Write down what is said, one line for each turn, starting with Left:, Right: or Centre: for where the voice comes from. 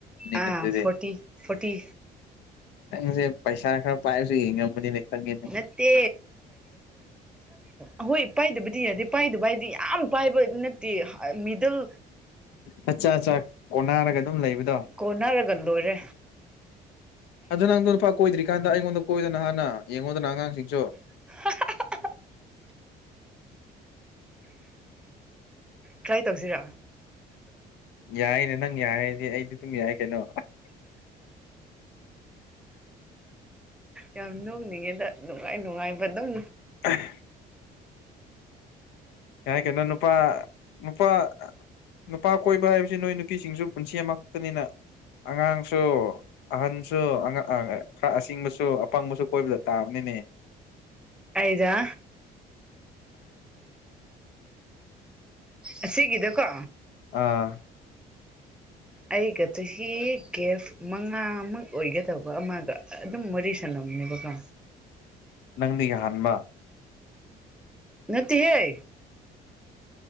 Centre: ꯑꯥ
Left: ꯃꯤꯗꯔꯦ
Centre: ꯐꯣꯔꯇꯤ ꯐꯣꯔꯇꯤ
Left: ꯅꯪꯁꯦ ꯄꯩꯁꯥ ꯈꯔ ꯄꯥꯏꯔꯁꯨ ꯌꯦꯡꯉꯕꯅꯤꯅꯦ ꯈꯪꯉꯦꯅꯦ
Centre: ꯅꯠꯇꯦ ꯑꯍꯣꯏ ꯏ ꯄꯥꯏꯗꯨꯕꯨꯗꯤ ꯌꯥꯗꯦ ꯄꯥꯏꯗꯨꯕ ꯍꯥꯏꯗꯤ ꯌꯥꯝ ꯄꯥꯏꯕ ꯅꯠꯇꯦ ꯃꯤꯗꯜ
Left: ꯃꯆꯥ ꯆꯥ ꯀꯣꯟꯅꯔꯒ ꯑꯗꯨꯝ ꯂꯩꯕꯗꯣ
Centre: ꯀꯅꯥꯔꯒꯟꯗꯣꯔꯦ
Left: ꯑꯗꯨ ꯅꯪꯗꯣ ꯅꯨꯄꯥ ꯀꯣꯏꯗ꯭ꯔꯤꯀꯥꯟꯗ ꯑꯩꯉꯣꯟꯗ ꯀꯣꯏꯗꯅ ꯍꯥꯟꯅ ꯌꯦꯡꯉꯣꯗꯅ ꯑꯉꯥꯡꯁꯤꯡꯁꯨ
Centre: <unintelligible> ꯇ꯭ꯔꯥꯏ ꯇꯧꯁꯤꯔ
Left: ꯌꯥꯏꯅꯦ ꯅꯪ ꯌꯥꯏꯔꯗꯤ ꯑꯩꯗꯤ ꯑꯗꯨꯝ ꯌꯥꯏ ꯀꯩꯅꯣ
Centre: ꯌꯥꯝ ꯅꯣꯛꯅꯤꯡꯉꯦꯗ ꯅꯨꯡꯉꯥꯏ ꯅꯨꯡꯉꯥꯏꯕ ꯑꯗꯨꯝ
Left: <unintelligible> ꯌꯦ ꯀꯟꯅ ꯅꯨꯄꯥ ꯅꯨꯄꯥ ꯅꯨꯄꯥ ꯀꯣꯏꯕ ꯍꯥꯏꯕꯁꯤ ꯅꯣꯏ ꯅꯨꯄꯤꯁꯤꯡꯁꯨ ꯄꯨꯟꯁꯤ ꯑꯃꯛꯇꯅꯤꯅ ꯑꯉꯥꯡꯁꯨ ꯑꯍꯟꯁꯨ ꯈꯔ ꯑꯁꯤꯡꯕꯁꯨ ꯑꯄꯪꯕꯁꯨ ꯀꯣꯏꯕꯗ ꯇꯥꯕꯅꯤꯅꯦ
Centre: ꯑꯩꯗ ꯑ ꯁꯤꯒꯗꯀꯣ
Left: ꯑꯥ
Centre: ꯑꯩꯒ ꯆꯍꯤ ꯀꯒꯦꯐ ꯃꯉꯥꯃꯨꯛ ꯑꯣꯏꯒꯗꯕ ꯑꯃꯒ ꯑꯗꯨꯝ ꯋꯥꯔꯤ ꯁꯅꯨ ꯊꯝꯃꯤꯗꯀ
Left: ꯅꯪꯗꯤ ꯀꯍꯥꯟꯕ
Centre: ꯅꯠꯇ ꯍꯦ